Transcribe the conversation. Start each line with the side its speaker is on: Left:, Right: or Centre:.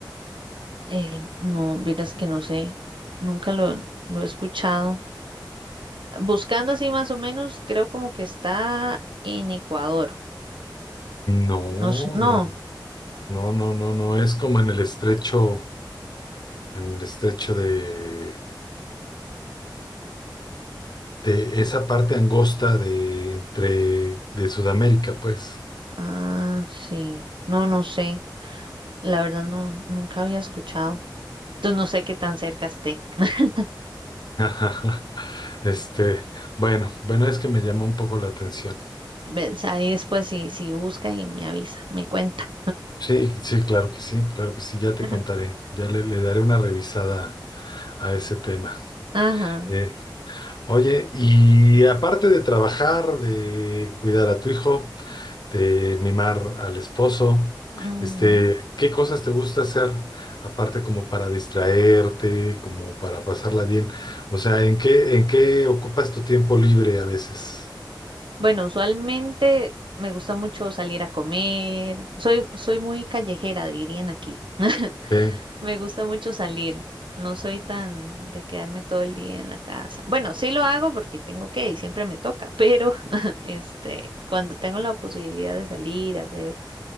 Right: el no, vieras que no sé, nunca lo lo he escuchado. Buscando así más o menos, creo como que está en Ecuador.
Left: No,
Right: No, s- no.
Left: no, no, no, no, no, es como en el estrecho, en el estrecho de, de esa parte angosta de entre de Sudamérica, pues.
Right: Ah, sí. No, no sé. La verdad no, nunca había escuchado. Entonces no sé qué tan cerca esté. <laughs>
Left: <laughs> Este, bueno, bueno, es que me llamó un poco la atención.
Right: Ves, Ahí después si, si busca y me avisa, me cuenta.
Left: Sí, sí, claro que sí, claro que sí, ya te
Right: <laughs>
Left: contaré, ya le, le daré una revisada a ese tema.
Right: Ajá.
Left: Eh, Oye, y aparte de trabajar, de cuidar a tu hijo, de mimar al esposo,
Right: Mm,
Left: este, ¿qué cosas te gusta hacer aparte como para distraerte, como para pasarla bien? O sea, ¿en qué, en qué ocupas tu tiempo libre a veces?
Right: Bueno, usualmente me gusta mucho salir a comer. Soy, soy muy callejera, dirían aquí. <laughs>
Left: Sí,
Right: Me gusta mucho salir. No soy tan de quedarme todo el día en la casa. Bueno, sí lo hago porque tengo que y siempre me toca, pero <laughs> este, cuando tengo la posibilidad de salir a hacer